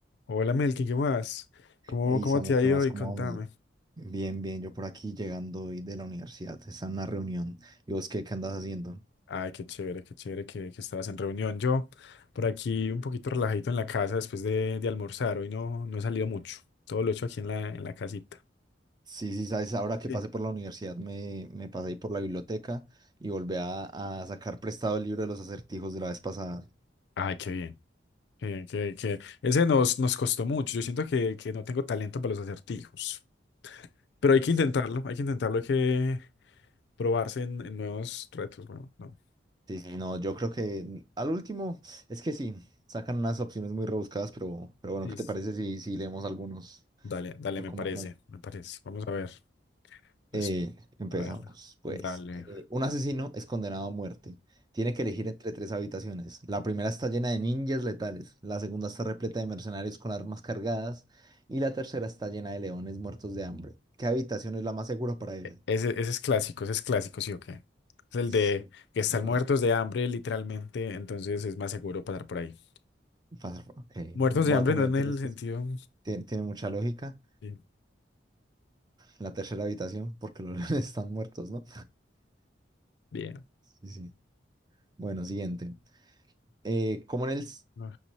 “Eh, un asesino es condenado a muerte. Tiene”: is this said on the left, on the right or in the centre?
Right